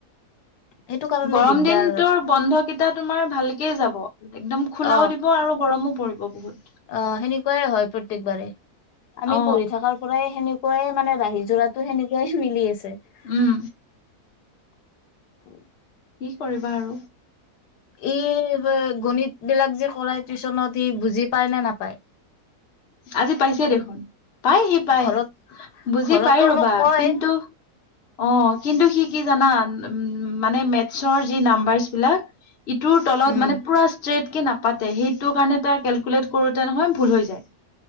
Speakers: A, on the left; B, on the left.
A: সেইটো কাৰণে
B: গৰম
A: দিগদাৰ
B: দিনটোৰ বন্ধকেইটা তোমাৰ ভালকে যাব। একদম
A: অ
B: খোলাও দিব আৰু গৰমো পৰিব বহুত।
A: অ সেনেকুৱাই হয় প্ৰত্যকবাৰে। আমি
B: অ
A: পঢ়ি থকাৰ পৰাই সেনেকুৱাইে মানে ৰাহি যোৰাতো সেনেকুৱাই মিলি আছে। <unintelligible>
B: উম
A: উ <unintelligible>
B: কি কৰিবা আৰু।
A: ই গণিত বিলাক যে কৰাই টিউচনত ই বুজি পায় নে নাপায়?
B: আজি পাইছে দেখোন। পাই সি পায়
A: ঘৰত
B: বুজি
A: ঘৰতো
B: পাই ৰ'বা
A: মোক কয়
B: কিন্তু অ', কিন্তু সি কি জানা, উ মানে মেথছৰ যি নাম্বাৰ্চ বিলাক ইটোৰ তলত
A: উম
B: মানে পুৰা ষ্ট্ৰেইট কে নাপাতে সেইটোৰ কাৰণে তাৰ কেলকুলেট কৰোতে নহয় ভুল হৈ যায়